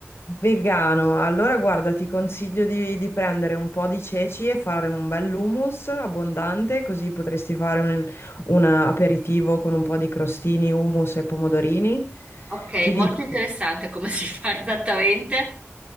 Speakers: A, on the left; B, on the right.
A: Vegano, allora guarda, ti consiglio di, di prendere un po' di ceci e fare un bel hummus abbondante, così potresti fare un, un aperitivo con un po' di crostini, hummus e pomodorini.
B: Ok,
A: Ti
B: molto
A: dico,
B: interessante come <laughs> si fa esattamente.